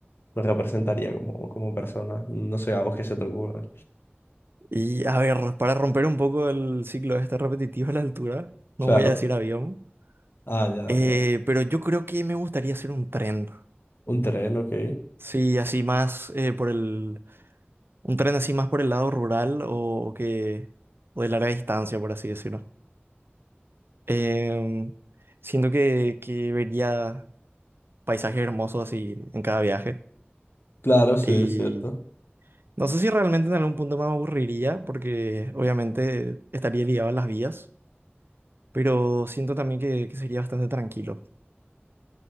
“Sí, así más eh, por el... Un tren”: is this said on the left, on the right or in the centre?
Right